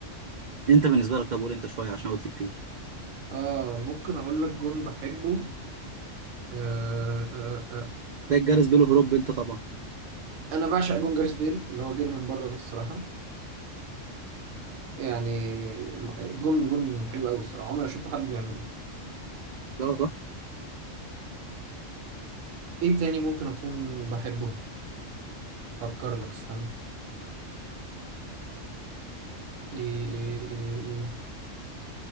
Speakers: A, on the right; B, on the right.
A: أنت بالنسبة لك طب قول أنت شوية عشان قلت كتير
B: اه ممكن اقول لك جون بحبه آه آه آه.
A: تلاقي الجرس بيلو هروب أنت طبعا
B: انا بعشق جون جاريث بيل اللي هو جري من بره ده الصراحة يعني جون جون حلو قوي الصراحة عمري ما شفت حد بيعمله
A: ده هو تحفة
B: ايه تاني ممكن اكون بحبه فكر لك استنى ايه ايه ايه ايه ايه